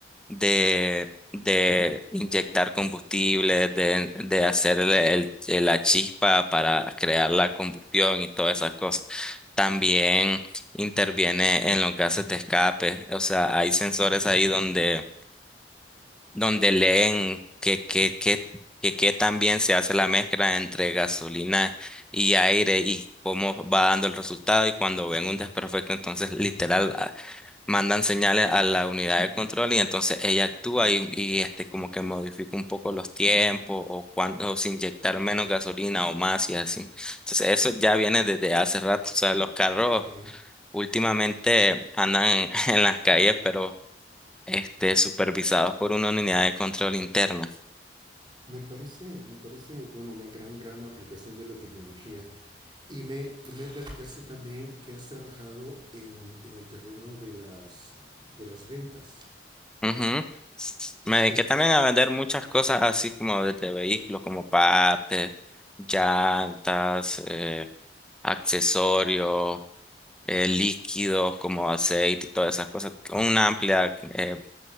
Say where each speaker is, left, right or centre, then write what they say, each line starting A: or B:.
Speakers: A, in the centre; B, on the right.
A: de, de inyectar combustible, de, de hacer el- el- la chispa para crear la combustión y todas esas cosas. También interviene en los gases de escape. O sea, hay sensores ahí donde, donde leen que, que, que, que, qué tan bien se hace la mezcla entre gasolina y aire y cómo va dando el resultado y cuando ven un desperfecto, entonces literal mandan señales a la unidad de control y entonces ella actúa y, y, este como que modifica un poco los tiempos o cuándo se inyectar menos gasolina o más y así. Entonces eso ya viene desde hace rato. O sea, los carros
B: Ok,
A: últimamente andan en, <laughs> en las calles, pero este supervisados por una unidad de control interna.
B: me parece, me parece, bueno, una gran, gran aplicación de la tecnología. Y me, y me platicaste también que has trabajado en, en el terreno de las, de las ventas.
A: Ujú.
B: Este,
A: Me dediqué también a vender muchas cosas así como de de vehículos, como partes, llantas, eh, accesorios, eh, líquidos como aceite y todas esas cosas. Una amplia, eh,